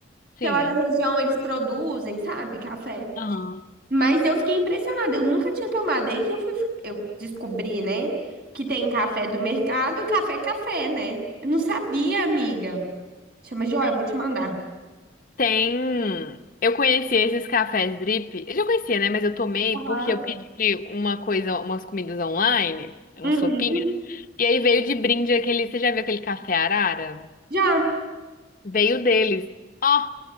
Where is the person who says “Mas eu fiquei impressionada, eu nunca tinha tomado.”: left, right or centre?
Right